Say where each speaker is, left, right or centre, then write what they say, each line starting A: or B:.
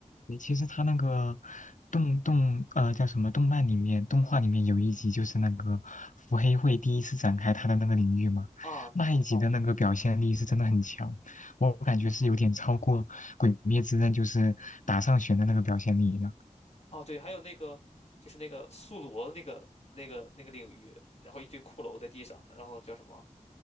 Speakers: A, on the left (about 75°); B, on the left (about 55°).
A: 对，其实他那个动动呃叫什么动漫里面动画里面有一集就是那个伏黑会第一次展开他的那个领域嘛，
B: 啊
A: 那一集哦的那个表现力是真的很强，我感觉是有点超过《鬼灭之刃》就是打上弦的那个表现力的。
B: 啊对，还有那个就是那个宿罗那个那个那个领域，然后一堆骷髅在地上，然后叫什么